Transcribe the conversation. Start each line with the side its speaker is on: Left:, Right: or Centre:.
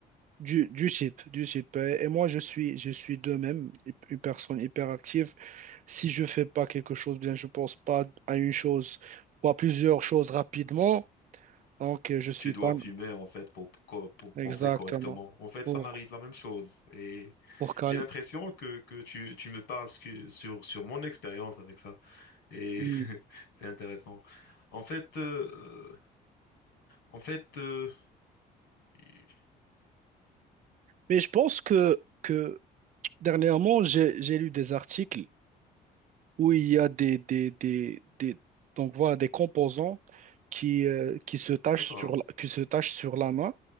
Right: du, du type, du type. Euh, Et moi je suis je suis de même hyp- une personne hyper active. Si je fais pas quelque chose, bien je pense pas à une chose ou à plusieurs choses rapidement. Donc euh, je suis
Left: Tu dois
Right: pas
Left: fumer, en fait, pour, co- pour
Right: exactement
Left: penser correctement. En fait,
Right: pour
Left: ça m'arrive la même chose. Et
Right: pour calme.
Left: j'ai l'impression que, que tu, tu me parles scu- sur, sur mon expérience avec ça. Et
Right: Mm.
Left: <laughs> c'est intéressant. En fait, euh, euh, en fait, euh, y-
Right: Mais je pense que que dernièrement j'ai j'ai lu des articles. où il y a des, des, des, des- donc voilà, des composants qui, euh, qui se tachent
Left: d'accord,
Right: sur, la- qui se tachent sur la main,